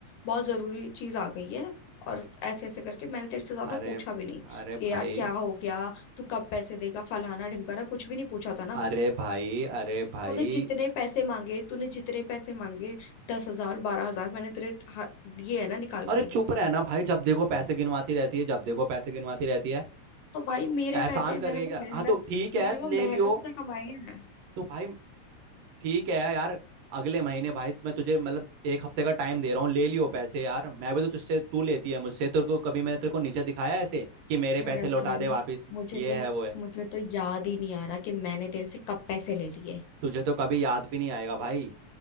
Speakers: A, on the left; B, on the right.
A: बहुत जरूरी चीज आ गई है और ऐसे ऐसे करके मैंने तेरे से ज्यादा
B: अरे
A: पूछा भी नहीं
B: अरे
A: कि
B: भाई
A: यार क्या हो गया तू कब पैसे देगा फलाना ढिमकाना कुछ भी नहीं पूछा था ना
B: अरे भाई अरे भाई
A: तूने जितने पैसे मांगे तूने जितने पैसे मांगे दस हजार बारह हजार मैंने तेरे हा- दिए है ना निकाल
B: अरे
A: के
B: चुप रहना भाई जब देखो पैसे गिनवाती रहती है जब देखो पैसे गिनवाती रहती है
A: तो भाई मेरे
B: एहसान
A: पैसे हैं मैंने
B: कर रही
A: वो
B: है क्या
A: मेहनत
B: हाँ तो ठीक
A: मैंने
B: है
A: वो मेहनत
B: ले लियो
A: से कमाए हैं
B: तो भाई ठीक है यार अगले महीने भाई मैं तुझे मतलब एक हफ्ते का टाइम दे रहा हूँ ले लियो पैसे यार मैं भी तो तुझसे तू लेती है मुझसे तेरे को कभी मैंने तेरे को नीचे दिखाया है ऐसे कि मेरे
A: अरे
B: पैसे लौटा
A: भाई
B: दे वापस
A: मुझे
B: ये
A: तो
B: है वो है
A: मुझे तो याद ही नहीं आ रहा कि मैंने तेरे से कब पैसे ले लिए
B: तुझे तो कभी याद भी नहीं आएगा भाई